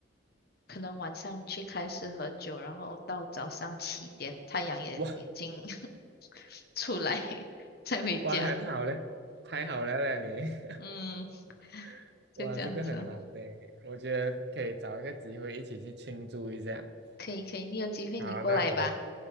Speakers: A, on the left (about 50°); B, on the right (about 55°).
A: 可能晚上去开始喝酒，然后到早上七点太阳也已经
B: 哇
A: <laughs> 出来，<laughs> 才回家。
B: 哇，很好嘞，太好了嘞你，
A: 嗯，
B: <laughs>
A: 就这样子。
B: 哇，这个很难嘞，我觉得可以找一个机会一起去庆祝一下。
A: 可以可以，你有机会你过来吧。
B: 好，那我们